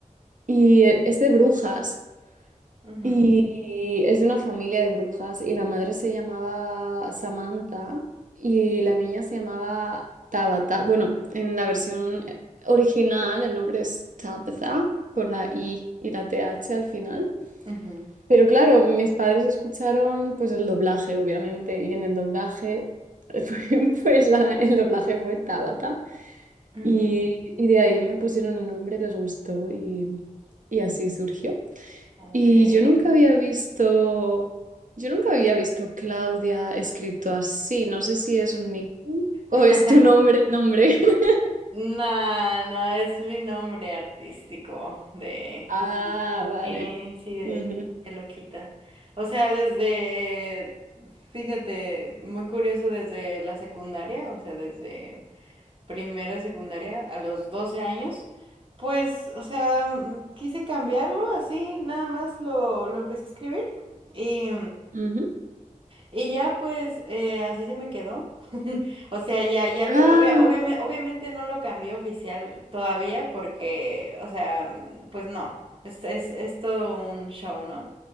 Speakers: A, on the right (about 75°); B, on the right (about 40°).
A: Y eh, es de brujas,
B: <laughs> Ujú,
A: y es de una familia de brujas, y la madre se llamaba Samantha, y la niña se llamaba Tabata. Bueno, en la versión original el nombre es Tabitha, con la I y la TH al final.
B: ujú,
A: Pero claro, mis padres escucharon pues el doblaje, obviamente, y en el doblaje, <laughs> pues la- el doblaje fue Tabata.
B: ujú.
A: Y, y de ahí me pusieron el nombre, les gustó y, y así surgió.
B: Okay.
A: Y yo nunca había visto, yo nunca había visto Claudia escrito así. No sé si es un nickname o
B: <laughs>
A: es tu nombre, nombre. <laughs>
B: No, no, es mi nombre artístico de,
A: Ah,
B: del-
A: vale.
B: eh, sí, de,
A: Ujú,
B: de loquita. O sea, desde, fíjate, muy curioso desde la secundaria, o sea, desde primero de secundaria a los 12 años, pues, o sea, mm, quise cambiarlo así, nada más lo, lo empecé a escribir y,
A: ujú.
B: y ya pues eh, así se me quedó. <laughs> O sea, ya, ya,
A: Ah,
B: lo- obvia- obviame- obviamente, no lo cambié oficial todavía porque, o sea, mm, pues no, es, es, es todo un show, ¿no?